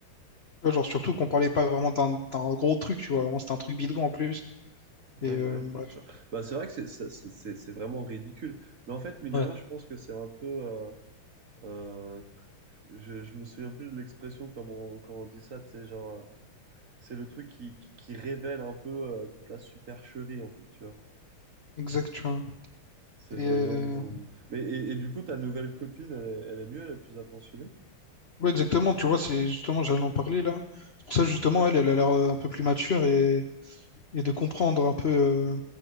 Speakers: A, on the left; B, on the right.
A: vois, Genre, surtout qu'on parlait pas vraiment d'un d'un gros truc, tu vois. Vraiment, c'était un truc bidon en plus.
B: Ouais,
A: Et euh,
B: mais oui, bien
A: bref.
B: sûr. Bah, c'est vrai que c'est ça- c'est c'est- c'est vraiment ridicule. Mais en fait, mine
A: Ouais.
B: de rien, je pense que c'est un peu. euh, Euh, je, je me souviens plus de l'expression comme on, quand on dit ça, tu sais, genre, euh, c'est le truc qui, qui, qui révèle un peu euh, toute la supercherie, en fait, tu vois.
A: Exact, tu vois.
B: C'est vraiment.
A: Et euh,
B: euh, Mais, et, et du coup, ta nouvelle copine, elle est, elle est mieux, elle est plus attentionnée.
A: ouais, exactement, tu vois, c'est justement, j'allais en parler là. C'est pour ça, justement, elle, elle a l'air euh, un peu plus mature et et de comprendre un peu, euh,